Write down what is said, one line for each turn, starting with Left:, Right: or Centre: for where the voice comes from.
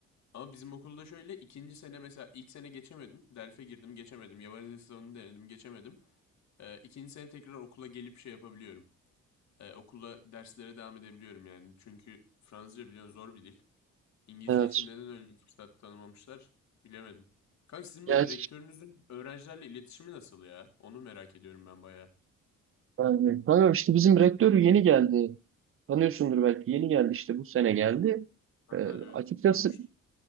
Left: Ama bizim okulda şöyle ikinci sene mesela ilk sene geçemedim. DELF'e girdim, geçemedim. Yabancı dil sınavını denedim, geçemedim. E, ikinci sene tekrar okula gelip şey yapabiliyorum. Ee, okula derslere devam edebiliyorum yani. Çünkü Fransızca biliyorsun zor bir dil. İngilizce
Right: Evet.
Left: için neden öyle bir fırsat tanımamışlar bilemedim. Kanka sizin
Right: Ya,
Left: böyle rektörünüzün öğrencilerle iletişimi nasıl ya? Onu merak ediyorum ben bayağı.
Right: yani, tamam işte bizim rektör yeni geldi. Tanıyorsundur belki. Yeni geldi işte bu sene geldi.
Left: Aha,
Right: Ee,
Left: evet
Right: açıkçası
Left: duymuştum.